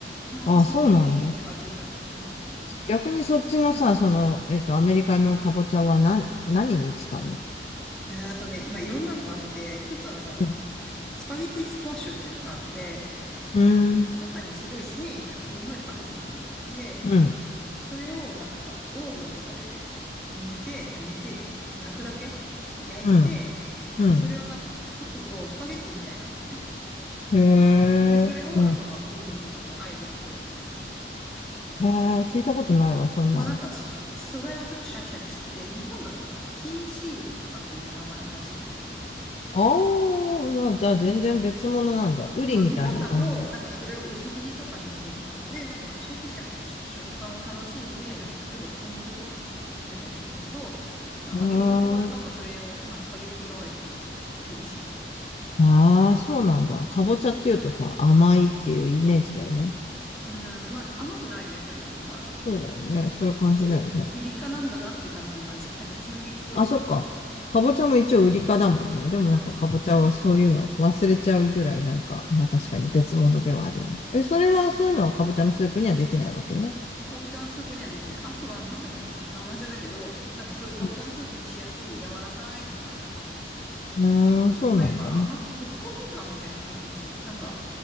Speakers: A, in the centre; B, on the left.
A: ああ、
B: あ、
A: 染みるねーって感じになる。
B: そうなんだ。
A: うん。
B: 逆にそっちのさ、その、えっと、アメリカのかぼちゃは何、何に使うの
A: えーあとね、まあ、いろんなのがあって、一つはなんか、その、
B: うん、
A: なんだったっけな、スパゲティスクワッシュっていうのがあって、
B: うん、
A: 中にすごい繊維がすんごいいっぱい入ってんのよ。で、
B: うん、
A: それを、まあ、なんか、オーブンとかで煮て、あ煮て、焼くだけ焼いて、
B: うん。うん
A: でそれをなんかこう、裂くと、スパゲッティみたいになるのね。
B: へえ、
A: で、それをなんかまあ、
B: うん。
A: クリームとかとあえて食べるみたいな。
B: へえ、聞いたことないわ、そんなの。
A: まあ、なんか、素材はちょっとシャキシャキしてて、日本だとね、金糸売りとかっていう名前らしいんだけど、
B: ああ、まあじゃあ全然別物なんだ。ウリみたいな感じで。
A: その日本だと、なんかそれを薄切りとかにしてんのかなで、なんかこうシャキシャキとした食感を楽しんで、なんか例えばポン酢とかで食べたりするんだけど、アメリカとかだと、
B: うーん。
A: まあそれを、まあスパゲッティ代わりに食べるみたいなヘルシーに。
B: ああ、そうなんだ。かぼちゃっていうとさ、甘いっていうイメージだよね。
A: うん、まあ甘くないね、それはね。まあ、
B: そうだよね。
A: なんつうの、
B: そういう感じだよね。
A: キュウリかなんだなって感じの味。なんかキュウリっぽいっていうかさ。
B: あ、そっか。かぼちゃも一応ウリかだもんね。でもなんかかぼちゃはそういうの忘れちゃうぐらいなんか、
A: うん、そう。
B: まあ確かに別物ではあるよね。
A: うん
B: え、それは、そういうのはかぼちゃのスープにはできないわけね。
A: かぼちゃのスープにはできない。あとは何だったっけな名前忘れだけど、なんかそういうかぼちゃのスープにしやすい柔らかいのがある。
B: うん。うーん、そうなんだ。
A: あんまあ、やっぱ甘、
B: まあ
A: ホクホク感みたいなのがないんだよね。なんか、